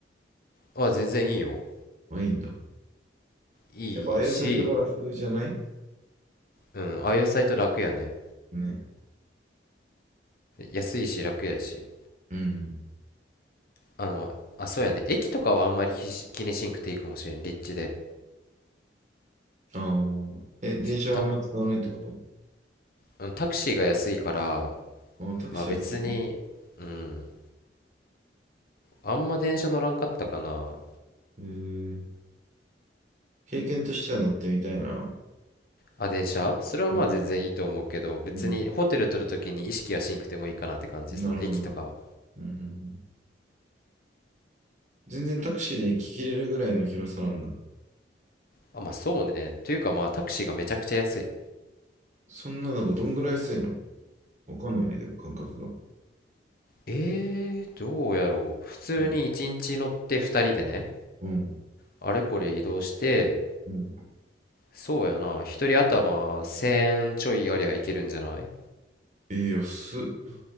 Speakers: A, on the left; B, on the right.
A: ゃ、あ、全然いいよ。
B: あ、いいんだ。
A: いいし、
B: やっぱああいうサイトが楽じゃない
A: うん、ああいうサイト楽やね。
B: ね。
A: 安いし楽やし。
B: うん。
A: あの、あ、そうやね。駅とかはあんまり気し気にしんくていいかもしれん、立地で。
B: ああ。え、電車はあんま使わないってこと
A: そう、タ、うんタクシーが安いから、
B: あ、タクシー安いな。
A: まあ別に、うん、あんま電車乗らんかったかな。
B: えー、経験としては乗ってみたいな。
A: あ、電車それはまあ全然いいと思うけど、
B: うん。
A: 別にホテル取るときに意識はしんくてもいいかなって感じ、
B: うん。なるほど。
A: その駅とかは。
B: うん。全然タクシーで行ききれるぐらいの広さなんだ。
A: あ、まあそうね。というかまあタクシーがめちゃくちゃ安い。
B: そんなのがどんぐらい安いのわかんないんだけど、感覚が。
A: えー、どうやろう。普通に1日乗って2人でね、
B: うん。うん。
A: あれこれ移動して、
B: うん
A: そうやな。1人頭1000ちょいありゃいけるんじゃない
B: えー、安っ。